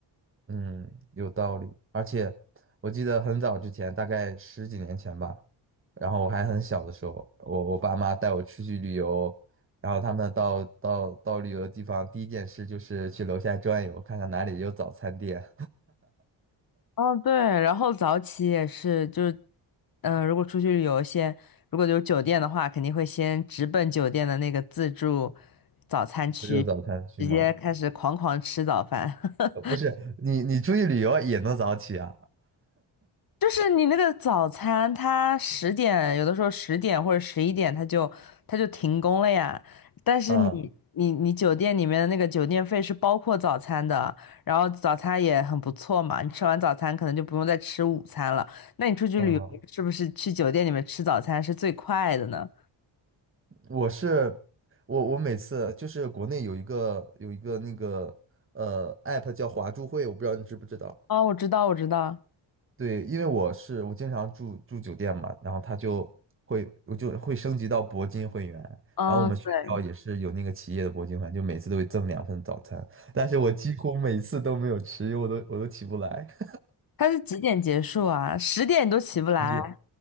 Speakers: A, on the right; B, on the left.
A: 嗯，有道理。而且我记得很早之前，大概十几年前吧，然后我还很小的时候，我我爸妈带我出去旅游，然后他们到到到旅游地方，第一件事就是去楼下转悠，看看哪里有早餐店。
B: 哦，对，然后早起也是，就是，嗯、如果出去旅游先，如果有酒店的话，肯定会先直奔酒店的那个自助早餐区，
A: <laughs> 不是有早餐区吗？
B: 直接开始狂狂吃早饭。<laughs>
A: 呃不是，你你出去旅游也能早起啊？
B: 就是你那个早餐，它十点有的时候十点或者十一点，它就它就停工了呀。但是你你你酒店里面的那个酒店费是包括早餐的，
A: 嗯
B: 然后早餐也很不错嘛。你吃完早餐可能就不用再吃午餐了。那你出去旅游是不是去酒店里面吃早餐是最快的呢？
A: 嗯，我是我我每次就是国内有一个有一个那个呃 app 叫华住会，我不知道你知不知道。
B: 哦，我知道，我知道。
A: 对，因为我是我经常住住酒店嘛，然后他就会我就会升级到铂金会员，
B: 嗯，
A: 然后我们学校也是有那个企业的铂金会员，
B: 对，
A: 就每次都会赠两份早餐，但是我几乎每次都没有吃，因为我都我都起不来。<laughs>
B: 它是几点结束啊？十点你都起不来。
A: 十点，